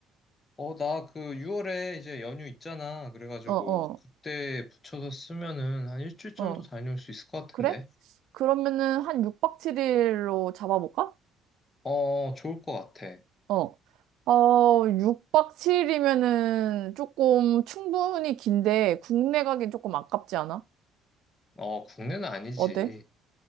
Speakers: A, on the left; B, on the right.
A: 어, 나 그 6월에 이제 연휴 있잖아. 그래가지고
B: 어, 어,
A: 그때 붙여서 쓰면은 한 일주일 정도
B: 어.
A: 다녀올 수 있을 것 같은데.
B: 그래? 그러면은 한 6박 7일로 잡아볼까?
A: 어, 좋을 것 같아.
B: 어. 어, 6박 7일이면은 조금 충분히 긴데 국내 가긴 조금 아깝지 않아?
A: 어, 국내는 아니지.
B: 어때?